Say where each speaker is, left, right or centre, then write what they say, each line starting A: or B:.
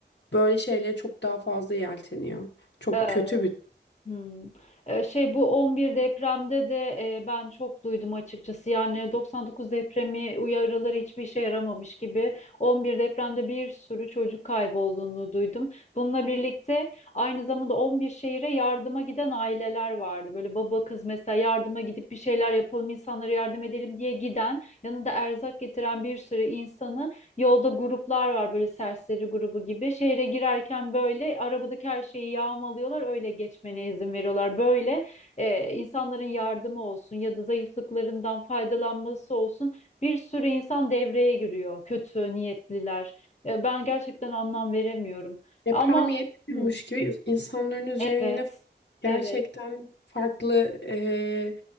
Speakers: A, on the left; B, on the left.
A: böyle şeylere çok daha fazla yelteniyor. Çok
B: Ee,
A: kötü bir
B: Hmm. Ee, şey bu 11 depremde de e, ben çok duydum açıkçası. Yani 99 depremi uyarıları hiçbir işe yaramamış gibi. on bir depremde bir sürü çocuk kaybolduğunu duydum. Bununla birlikte aynı zamanda 11 şehire yardıma giden aileler vardı. Böyle baba kız mesela yardıma gidip bir şeyler yapalım, insanlara yardım edelim diye giden, yanında erzak getiren bir sürü insanı Yolda gruplar var böyle serseri grubu gibi. Şehre girerken böyle arabadaki her şeyi yağmalıyorlar. Öyle geçmene izin veriyorlar. Böyle e, insanların yardımı olsun ya da zayıflıklarından faydalanması olsun. Bir sürü insan devreye giriyor. Kötü niyetliler. E, ben gerçekten anlam veremiyorum.
A: deprem
B: Ama
A: yetmiyormuş
B: hı,
A: gibi insanların üzerine
B: evet.
A: gerçekten
B: Evet.
A: farklı ee,